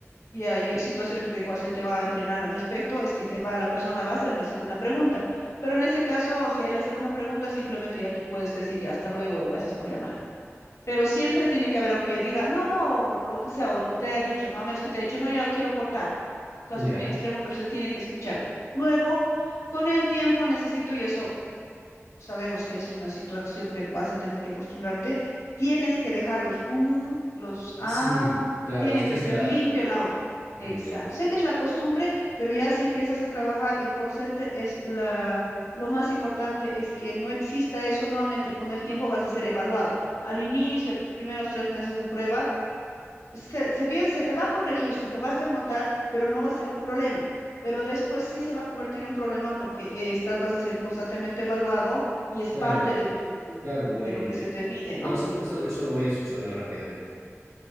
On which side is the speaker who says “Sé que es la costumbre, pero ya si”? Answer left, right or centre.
Left